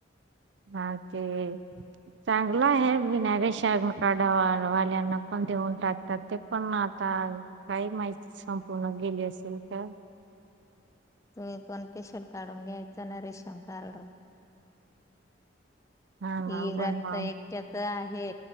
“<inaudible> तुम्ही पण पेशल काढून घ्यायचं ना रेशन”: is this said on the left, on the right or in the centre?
Left